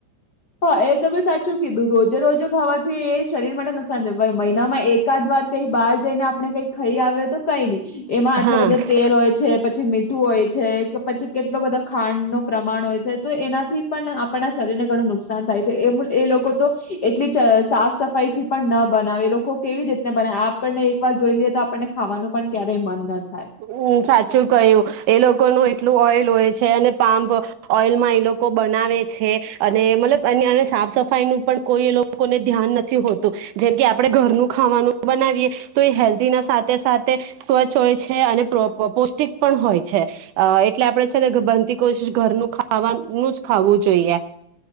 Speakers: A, on the left (about 60°); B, on the right (about 75°).
A: હા એ તમે સાચું કીધું રોજે રોજે ખાવાનું એ શરીર માટે નુકસાન મહિનામાં એકાદ વાર કઈ બાર જઈને આપડણે કઈ ખાઈ આવે તો કઈ નઈ. એમાં આટલો
B: હા
A: બધો તેલ હોય છે. પછી મીઠું હોય છે, પછી કેટલો બધો ખાંડ ન પ્રમાણ થાય તો એનાથી પણ આપણના શરીરને ઘણું નુકસાન. થાય છે. એ લોકો તો એટલી જ સાફ સફાઈ થી પણ ના બનાવે એ લોકો કેવી રીતને બનાવે આપણને. વાર જોઈ લઈએ તો આપણને ખાવાનું પણ ક્યારેય મન નથી.
B: હમ સાચું કહ્યું. એ લોકોનું એટલું ઓઇલ હોય છે અને પામપ ઓઇલમાં એ લોકો બનાવે છે અને મતલબ એ સાફ સફાઈ નું પણ કોઈ એ લોકોને ધ્યાન નથી હોતું જેમ કે આપણે ઘરનું ખાવાનું બનાવીએ તો એ હેલ્ધી ના સાથે સાથે સ્વચ્છ હોય છે. હે અને પ્રો પૌષ્ટિક પણ હોય છે અ એટલે આપણે છે ને બનતી કોશિશ ઘરનું ખાવાનું જ ખાવું જોઈએ.